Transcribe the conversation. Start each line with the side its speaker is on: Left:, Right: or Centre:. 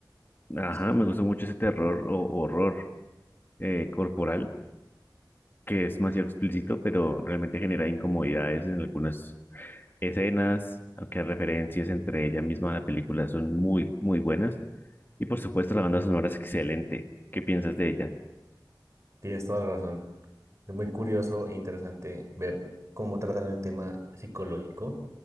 Left: ajá,
Right: Sí,
Left: me gustó mucho ese terror o horror eh, corporal, que es demasiado explícito, pero realmente genera incomodidades en algunas escenas, aunque referencias entre ella misma a la película son muy, muy buenas. Y por supuesto, la banda sonora es excelente. ¿Qué piensas de ella?
Right: tienes toda la razón. Es muy curioso e interesante ver cómo tratan el tema psicológico,